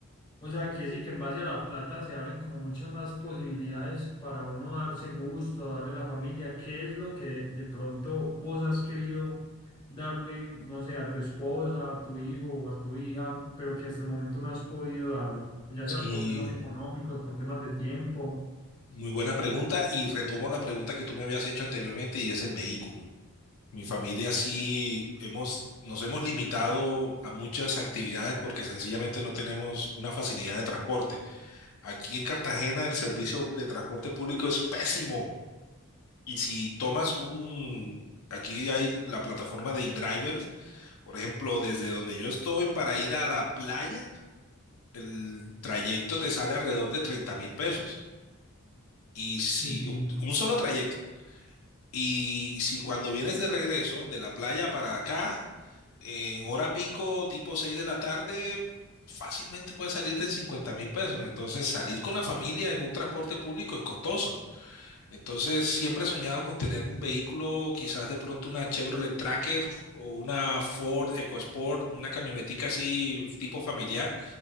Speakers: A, on the left; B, on the left.
A: O sea que sí, que en base a la plata se abren como muchas más posibilidades para uno darse gusto, darle a la familia. ¿Qué es lo que de, de pronto vos has querido darle, no sé, a tu esposa, a tu hijo o a tu hija, pero que hasta el momento no has podido darlo? Ya
B: Sí,
A: sea por temas económicos, por temas de tiempo.
B: muy buena pregunta. Y retomo la pregunta que tú me habías hecho anteriormente y es el vehículo. Mi familia sí hemos, nos hemos limitado a muchas actividades porque sencillamente no tenemos una facilidad de transporte. Aquí en Cartagena el servicio de transporte público es pésimo. Y si tomas un, aquí hay la plataforma de InDriver, Por ejemplo, desde donde yo estoy para ir a la playa, el trayecto te sale alrededor de treinta mil pesos. Y si,
A: sí sí no,
B: un solo trayecto. Y si cuando vienes de regreso de la playa para acá, en hora pico, tipo 6 de la tarde, fácilmente puedes salirte en cincuenta mil pesos. Entonces, salir con la familia en un transporte público es costoso. Entonces, siempre he soñado con tener un vehículo, quizás de pronto una Chevrolet Tracker o una Ford EcoSport, una camionetica así tipo familiar.